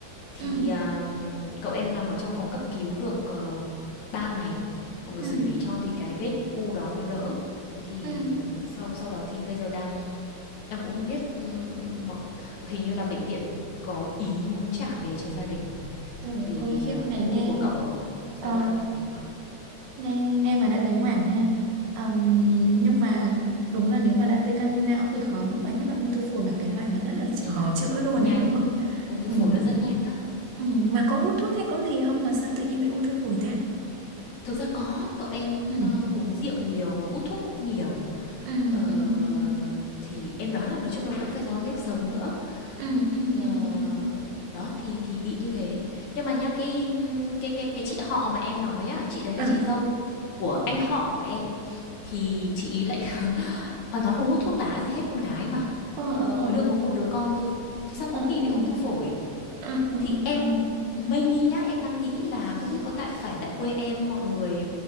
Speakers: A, on the left; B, on the right.
A: thì
B: ừ
A: à, cậu em nằm ở trong phòng cấp cứu được ờ, 3 ngày mọi người
B: ừ
A: xử lý cho thì cái vết u đó nó đỡ thế thì
B: ừ
A: sau sau đó thì bây giờ đang đang cũng không biết ừm, hình như là bệnh viện có ý muốn trả về cho gia đình
B: trời
A: vì
B: ơi khiếp
A: ờ,
B: này
A: ung
B: nghe
A: thư của cậu ở
B: ờ
A: giai đoạn ấy quá
B: nghe nghe mà đã thấy hoảng ha Ừm, nhưng mà đúng là nếu mà đã di căn lên não thì khó lắm mà nhất là ung thư phổi là cái loại mà rất là ch-
A: ừ,
B: khó chữa luôn
A: nhanh
B: ấy đúng không
A: ung thư
B: Ừm,
A: phổi là rất nhanh á
B: ừm, mà có hút thuốc hay có gì không mà sao tự nhiên bị ung thư phổi ta
A: thực ra có cậu em
B: Ừm,
A: ờ, uống rượu nhiều và hút thuốc cũng nhiều
B: ừm,
A: ờ,
B: ừm, ừm,
A: Uh, thì em đoán là nói chung là cũng phải do nếp sống nữa
B: ừm, ừm, ừm,
A: Ờ,
B: ừm.
A: đó, thì thì bị như thế. Nhưng mà nhá, cái, cái cái cái chị họ mà em nói á, chị đấy là
B: à
A: chị dâu của anh họ của em, thì chị ý lại <laughs> hoàn toàn không hút thuốc lá gì hết, con gái mà,
B: ờ
A: ờ,
B: ờ
A: mới
B: ờ
A: được có một đứa con thôi. Thế xong cũng
B: ờ
A: nghĩ
B: ờ
A: bị
B: ờ
A: ung thư phổi,
B: ờ ờ,
A: thì
B: ờ,
A: em
B: ờ. ờ.
A: maybe nhá, em đang nghĩ là không biết có tại phải tại quê em mọi người,